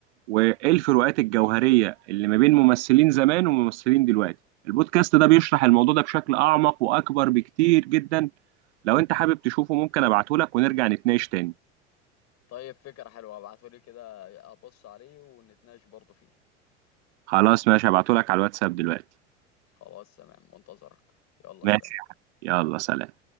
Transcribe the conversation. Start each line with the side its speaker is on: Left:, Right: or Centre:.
Right: وايه الفروقات الجوهريه اللي ما بين ممثلين زمان وممثلين دلوقتي البودكاست ده بيشرح الموضوع ده بشكل اعمق واكبر بكتير جدا لو انت حابب تشوفه ممكن ابعته لك ونرجع نتناقش تاني
Left: طيب فكرة حلوة ابعتولي كده ابص عليه ونتناقش برضو فيه
Right: خلاص ماشي هبعته لك على الواتساب دلوقتي
Left: خلاص تمام منتظرك يلا
Right: ماشي
Left: سلام
Right: يلا سلام